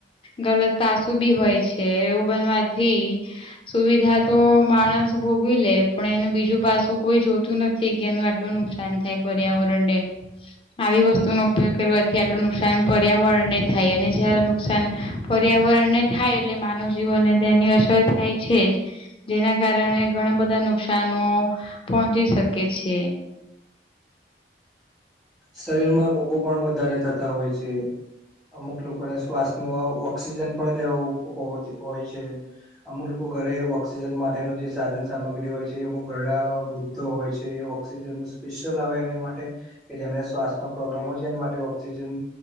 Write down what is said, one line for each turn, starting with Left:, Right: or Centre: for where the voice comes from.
Left: ગલત પાસું બી હોય છે એવું બનવાથી સુવિધા તો માણસ ભોગવી લે પણ એનું બીજું પાછું કોઈ જોતું નથી કે એનું આટલું નુકસાન તો પર્યાવરણને આવી વસ્તુ નો ઉપયોગ કરવાથી આટલું નુકસાન પર્યાવરણને થાય અને જ્યારે નુકસાન પર્યાવરણને થાય એટલે માનવ જીવનને તેની અસર થાય છે જ જેના કારણે ઘણા બધા નુકશનો પહોંચી શકે છે.
Centre: શરીર માં રોગો પણ વધારે થતા હોય છે. અમુક લોકોને શ્વાસ ન ઓક્સિજન પણ લેવો હોય છે અમુક લોકો ઘરે ઓક્સિજન માટેનો જે સાધન સામગ્રી હોય છે અમુક ઘરડા વૃદ્ધો હોય છે. ઓક્સિજન ન સ્પેશિયલ આવે એને માટે કે જેમને શ્વાસનો પ્રોબ્લેમ હોય છે એના માટે ઓક્સિજન